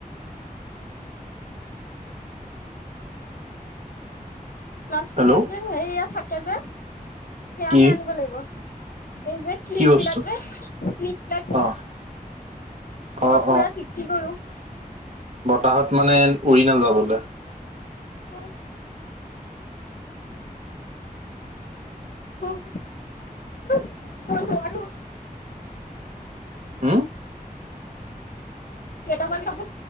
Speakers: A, on the left; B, on the right.
A: প্লাষ্টিকৰ
B: হেল্ল'
A: যে সেয়া থাকে যে সেয়াহে
B: কি
A: আনিব লাগিব এই যে কিলিপ
B: কি বস্তু?
A: বিলাক যে ক্লিপ বিলাক
B: অ', অ',
A: মই পুৰা টিটি গলো
B: তাহত মানে উৰি নাযাবলৈ <unintelligible>
A: অ। অ অ মই নোৱাৰো <unintelligible>
B: হুম
A: কেইটা মান কাপো